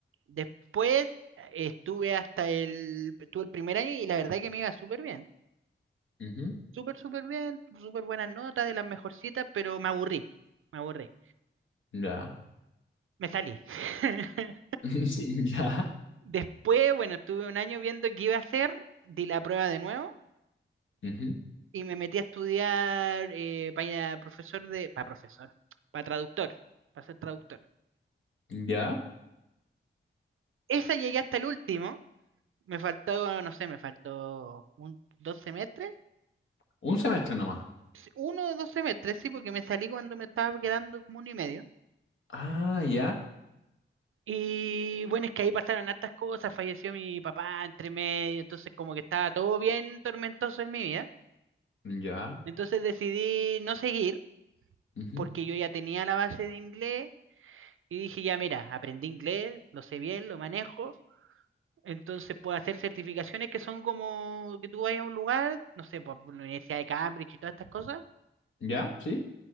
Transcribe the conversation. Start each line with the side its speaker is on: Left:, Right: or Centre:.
Right: Después eh, estuve hasta el, estuve el primer año y la verdad que me iba súper bien.
Left: ujú,
Right: Súper, súper bien, súper buenas notas, de las mejorcitas, pero me aburrí, me aburrí.
Left: ya.
Right: Me salí. <laughs>
Left: <laughs> Ya,
Right: Después, bueno, estuve un año viendo qué iba a hacer, di la prueba de nuevo
Left: ujú,
Right: y me metí a estudiar eh, para profesor de, para profesor, para traductor, para ser traductor.
Left: ya,
Right: Esa llegué hasta el último, me faltó, no sé, me faltó un, dos semestres
Left: un semestre nomás.
Right: Sí, uno de dos semestres, sí, porque me salí cuando me estaba quedando como uno y medio.
Left: Ah, ya,
Right: Y bueno, es que ahí pasaron hartas cosas, falleció mi papá entre medio, entonces como que estaba todo bien tormentoso en mi vida.
Left: ya,
Right: Entonces decidí no seguir,
Left: ujú,
Right: porque yo ya tenía la base de inglés y dije, ya mira, aprendí inglés, lo sé bien, lo manejo. Entonces puedo hacer certificaciones que son como que tú vayas a un lugar, no sé, por por la Universidad de Cambridge y todas estas cosas,
Left: ya, sí,